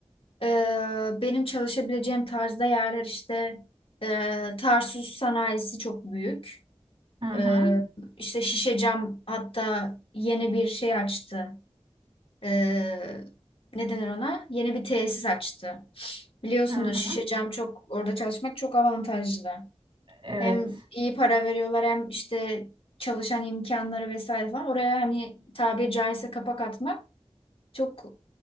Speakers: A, on the left (about 60°); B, on the right (about 55°).
A: e, benim çalışabileceğim tarzda yerler işte e, Tarsus sanayisi çok büyük.
B: hı hı
A: E, işte Şişecam hatta yeni bir şey açtı. E, ne denir ona? Yeni bir tesis açtı. Biliyorsunuz
B: hı. hı.
A: Şişecam çok orada çalışmak çok avantajlı.
B: Evet.
A: Hem iyi para veriyorlar hem işte çalışan imkanları vesaire falan. Oraya hani tabiri caizse kapak atmak çok